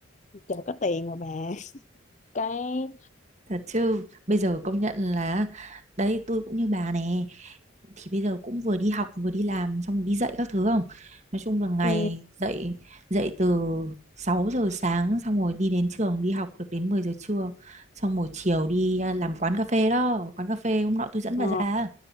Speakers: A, on the left; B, on the right.
A: trời có tiền mà bà, cái,
B: Thật chứ, bây giờ công nhận là đấy tôi cũng như bà nè. Thì bây giờ cũng vừa đi học vừa đi làm xong rồi đi dạy các thứ không? Nói chung là ngày
A: ừ,
B: dậy dậy từ 6 giờ sáng xong rồi đi đến trường đi học được đến 10 giờ trưa. Xong rồi chiều đi à, làm quán cà phê đó, quán cà phê hôm nọ tôi dẫn
A: ờ,
B: bà ra.